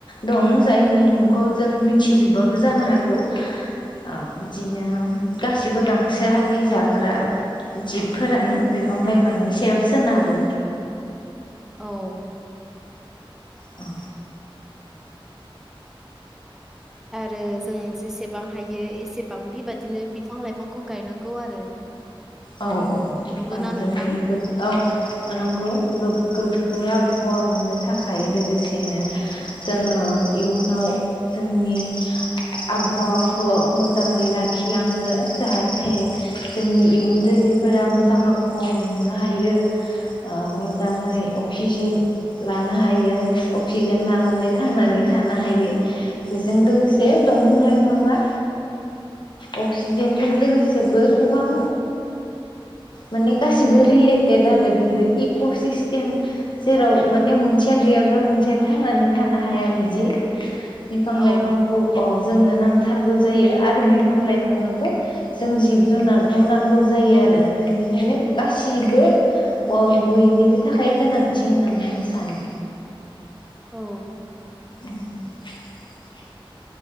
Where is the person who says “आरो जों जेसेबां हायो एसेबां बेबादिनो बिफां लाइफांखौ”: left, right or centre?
Centre